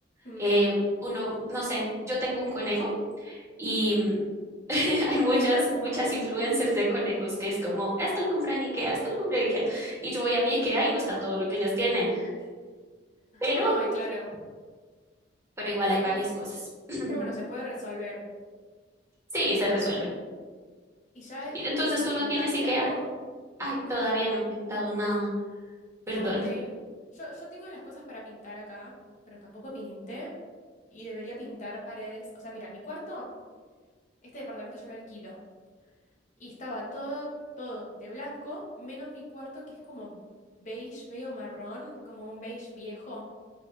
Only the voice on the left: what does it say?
Mm.
<laughs>
Ay, claro.
Pero bueno, se puede resolver.
¿Y ya eh,
pintaste
algo?
No,
ah, ok. Yo, yo tengo las cosas para pintar acá, pero tampoco pinté y debería pintar paredes. O sea, mira, mi cuarto, este departamento yo lo alquilo y estaba todo, todo de blanco, menos mi cuarto que es como beige, medio marrón, como un beige viejo,